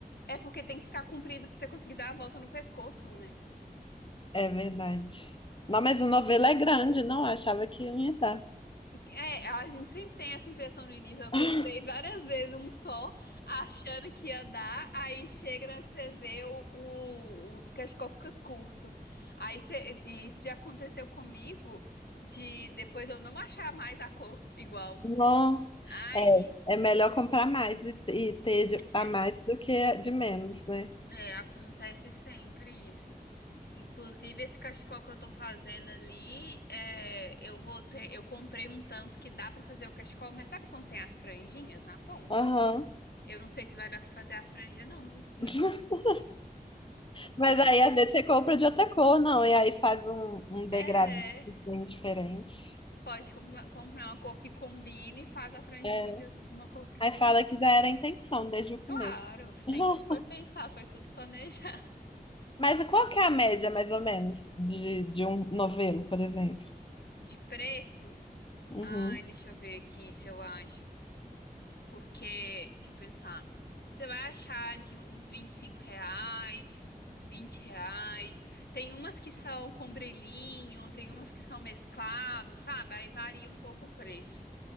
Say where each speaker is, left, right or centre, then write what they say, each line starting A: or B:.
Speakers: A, on the left (about 85°); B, on the left (about 30°).
A: É porque tem que ficar comprido pra você conseguir dar a volta no pescoço, né?
B: É verdade. Não, mas a novela é grande, não? Eu achava que não ia dar.
A: É, a gente sempre tem essa impressão no início. Eu comprei
B: <laughs>
A: várias vezes um só, achando que ia dar, aí chega na hora que você vê o, o, o cachecol fica curto. Aí você- e isso já aconteceu comigo de depois eu não achar mais a cor igual.
B: Não.
A: Aí
B: É, é melhor comprar mais e, e ter
A: <laughs>
B: de- a mais do que de menos, né?
A: é, acontece sempre isso. Inclusive, esse cachecol que eu tô fazendo ali, é, eu vou ter, eu comprei um tanto que dá pra fazer o cachecol, mas sabe quando tem as franjinhas na ponta?
B: Aham.
A: Eu não sei se vai dar pra fazer a franja, não, viu?
B: <laughs> Mas aí, às vezes, você compra de outra cor, não, e aí faz um, um degradê
A: É,
B: assim, diferente.
A: pode com- comprar uma cor que combine e faz a franjinha
B: É.
A: de de uma cor que
B: Aí
A: combine.
B: fala que já era a intenção desde o começo.
A: Claro, sempre
B: <laughs>
A: foi pensar, foi tudo planejar.
B: Mas qual que é a média, mais ou menos, de, de um novelo, por exemplo?
A: <laughs> De preço?
B: Uhum.
A: Ai, deixa eu ver aqui se eu acho. Porque, deixa eu pensar. Você vai achar de uns 25 reais, 20 reais. Tem umas que são com brilhinho, tem umas que são mesclados, sabe? Aí varia um pouco o preço.